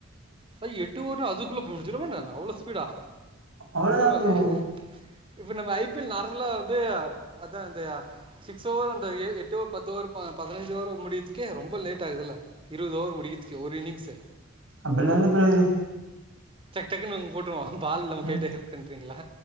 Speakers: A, on the right; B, on the right.
A: அது எட்டு ஓவர்ல அதுக்குள்ள போடுச்சு <unintelligible> அவ்வளோ ஸ்பீடா
B: அவ்வளதா
A: பரவாயில்லையே!
B: ப்ரோ
A: இப்ப நம்ம ஐ பி எல் நார்மலா வந்து அதா அந்த சிக்ஸ் ஓவர் அந்த எட்டு பத்து ஓவர் ப பதினஞ்சு ஓவர் முடியதுக்கே ரொம்ப லேட் ஆகுதுல்ல இருவது ஓவர் முடிக்கதுக்கே ஒரு இன்னிங்ஸு
B: அப்புலா இல்ல ப்ரோ இது
A: டக்டக்னு அவங் போட்ருவா பால் நம்ம
B: ம்
A: கைட்ட இருக்குன்றீங்களா